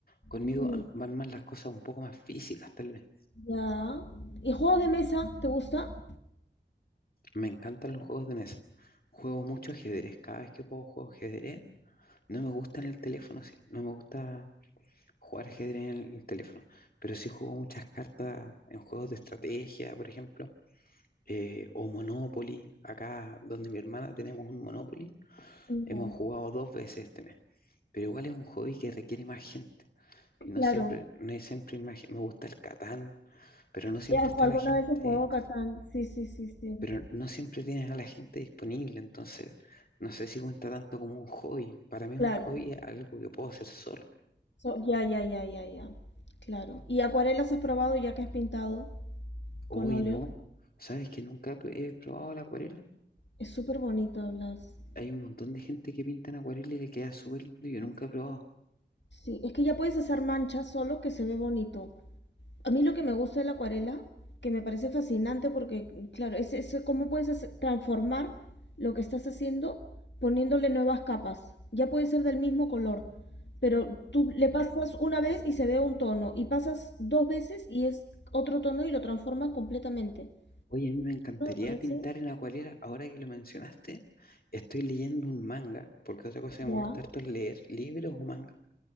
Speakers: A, on the left; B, on the left.
A: Conmigo
B: Mm,
A: ah, van más las cosas un poco más físicas, tal vez.
B: ya. ¿Y juego de mesa? ¿Te gusta?
A: Me encantan los juegos de mesa. Juego mucho ajedrez. Cada vez que puedo juego ajedrez. No me gusta en el teléfono, sí. No me gusta jugar ajedrez en el, el teléfono. Pero sí juego muchas cartas en juegos de estrategia, por ejemplo. eh, o Monopoly. Acá donde mi hermana tenemos un Monopoly.
B: No,
A: Hemos jugado dos veces este mes. Pero igual es un hobby que requiere más gente. Y no
B: claro.
A: siempre, no es siempre hay más gen- me gusta el Catán, pero no siempre
B: Ya, jo-
A: está
B: alguna
A: la gente
B: vez he jugado Catán. Sí, sí, sí, sí.
A: pero no siempre tienes a la gente disponible, entonces no sé si cuenta tanto como un hobby. Para mí es
B: Claro.
A: un hobby algo que puedo hacer solo.
B: So- ya, ya, ya, ya, ya. Claro. ¿Y acuarelas has probado ya que has pintado?
A: Hoy
B: Con óleo.
A: no, ¿sabes que nunca he he probado la acuarela?
B: Es súper bonito, Blas.
A: Hay un montón de gente que pinta en acuarela y le queda súper lindo, yo nunca he probado.
B: Sí, es que ya puedes hacer manchas solo que se ve bonito. A mí lo que me gusta de la acuarela, que me parece fascinante porque, claro, es, es cómo puedes hacer- transformar lo que estás haciendo poniéndole nuevas capas. Ya puede ser del mismo color, pero tú le pasas una vez y se ve un tono, y pasas dos veces y es otro tono y lo transformas completamente.
A: Oye, a mí me encantaría
B: Esto me parece,
A: pintar en acuarela, ahora que lo mencionaste, estoy leyendo un manga, porque otra cosa que me
B: ya,
A: gusta harto es leer libros o manga.